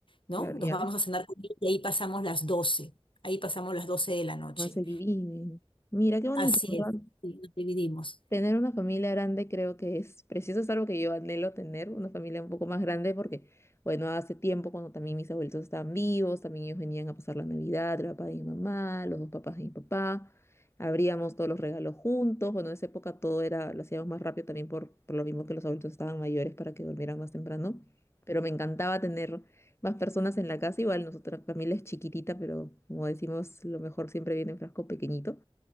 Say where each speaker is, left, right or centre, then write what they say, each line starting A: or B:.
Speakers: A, on the left (about 55°); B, on the left (about 25°).
A: ¿no?
B: Claro, ya.
A: Nos vamos a cenar con ella y ahí pasamos las doce ahí pasamos las 12 de la noche.
B: No se dividen. Mira, qué bonito,
A: Así
B: ¿verdad?
A: es, sí, nos dividimos.
B: Tener una familia grande creo que es preciso, es algo que yo anhelo tener, una familia un poco más grande, porque, bueno, hace tiempo cuando también mis abuelitos estaban vivos, también ellos venían a pasar la Navidad, el papá de mi mamá, los dos papás de mi papá, abríamos todos los regalos juntos, bueno, en esa época todo era, lo hacíamos más rápido también por, por lo mismo que los adultos estaban mayores para que durmieran más temprano, pero me encantaba tener más personas en la casa, igual nuestra familia es chiquitita, pero como decimos, lo mejor siempre viene en frasco pequeñito.